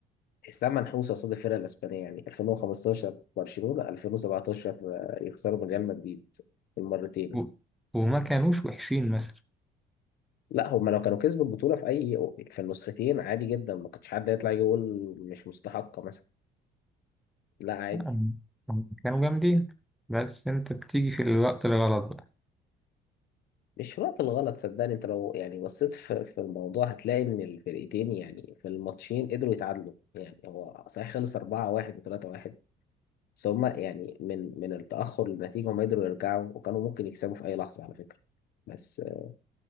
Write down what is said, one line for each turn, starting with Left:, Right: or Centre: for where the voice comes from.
Left: تحسها منحوسه قصاد الفرق الاسبانيه يعني 2015 برشلونه 2017 آه، يخسروا من ريال مدريد المرتين
Centre: و- وما كانوش وحشين مثلا
Left: لا هما لو كانوا كسبوا البطوله في اي في النسختين عادي جدا ما كانش حد يطلع يقول مش مستحقه لا عادي
Centre: آم، آم، كانوا جامدين بس أنت بتيجي في الوقت الغلط بقى
Left: مش في الوقت الغلط صدقني انت لو يعني بصيت في في الموضوع هتلاقي ان الفرقتين يعني في الماتشين قدروا يتعادلوا يعني هو صحيح خلص 4-1 و3-1 بس هما يعني من من التأخر للنتيجة هما قدروا يرجعوا وكانوا ممكن يكسبوا في أي لحظة على فكرة بس آه،